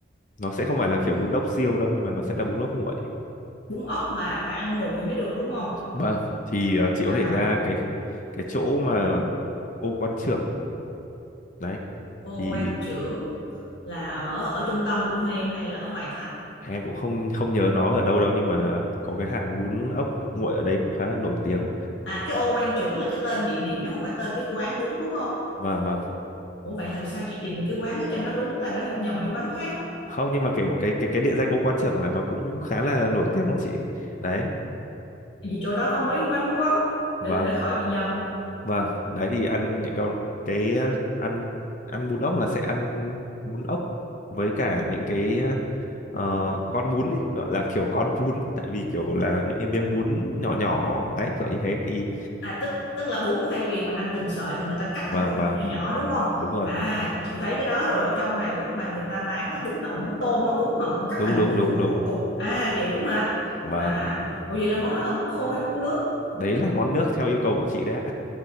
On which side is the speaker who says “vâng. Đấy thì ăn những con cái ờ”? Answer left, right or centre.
Left